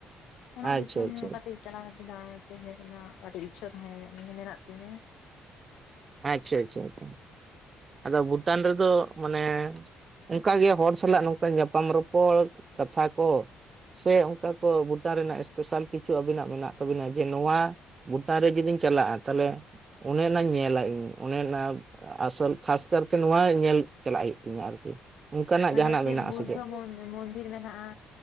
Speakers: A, on the left; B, on the right.
A: ᱚᱱᱟ
B: ᱟᱪᱪᱷᱟ
A: ᱫᱤᱥᱚᱢ
B: ᱟᱪᱪᱷᱟ
A: ᱠᱟᱹᱴᱤᱡ ᱪᱟᱞᱟᱣ ᱠᱟᱛᱮ ᱫᱟᱬᱟ ᱠᱟᱛᱤᱧ ᱦᱮᱡ ᱱᱟ ᱟᱹᱰᱤ ᱤᱪᱪᱷᱟᱹ ᱛᱟᱦᱮᱸᱭ ᱢᱟᱱᱮ ᱢᱮᱱᱟᱜ ᱛᱤᱧᱟᱹ᱾
B: ᱟᱪᱪᱷᱟ ᱟᱪᱷᱟ ᱟᱪᱪᱷᱟ, ᱟᱫᱚ ᱵᱷᱩᱴᱟᱱ ᱨᱮᱫᱚ ᱢᱟᱱᱮ ᱚᱱᱠᱟ ᱜᱮ ᱦᱚᱲ ᱥᱟᱞᱟᱜ ᱱᱚᱝᱠᱟ ᱧᱟᱯᱟᱢ ᱨᱚᱯ- ᱯᱚᱲ ᱠᱟᱛᱷᱟ ᱠᱚ᱾ ᱥᱮ ᱚᱱᱠᱟ ᱠᱚ ᱵᱷᱩᱴᱟᱱ ᱨᱮᱱᱟᱜ ᱮᱥ-ᱯᱮᱥᱟᱞ ᱠᱤᱪᱷᱩ ᱟᱵᱤᱱᱟᱜ ᱢᱮᱱᱟᱜ ᱛᱟᱵᱤᱱᱟ, ᱡᱮ ᱱᱚᱣᱟ ᱵᱷᱩᱴᱟᱱ ᱨᱮ ᱡᱩᱫᱤᱧ ᱪᱟᱞᱟᱜ-ᱟ, ᱛᱟᱦᱚᱞᱮ ᱚᱱᱮ ᱚᱱᱟᱧ ᱧᱮᱞᱟ ᱤᱧ ᱚᱱᱮ ᱚᱱᱟ ᱟᱥᱚᱞ ᱠᱷᱟᱥ ᱠᱟᱨᱛᱮ ᱱᱚᱣᱟ ᱧᱮᱞ ᱪᱟᱞᱟᱜ ᱦᱩᱭᱩᱜ ᱛᱤᱧᱟᱹ ᱟᱨᱠᱤ᱾ <inaudible> ᱚᱱᱠᱟ ᱱᱟᱜ
A: ᱦᱟᱱᱮ
B: ᱡᱟᱦᱟᱸ ᱱᱟᱜ ᱢᱮᱱᱟᱜ-ᱟ
A: ᱵᱩᱫᱽᱫᱷᱚ
B: ᱥᱮ ᱪᱮᱫ
A: ᱢᱚᱱᱫᱤᱨ ᱢᱮᱱᱟᱜᱼᱟ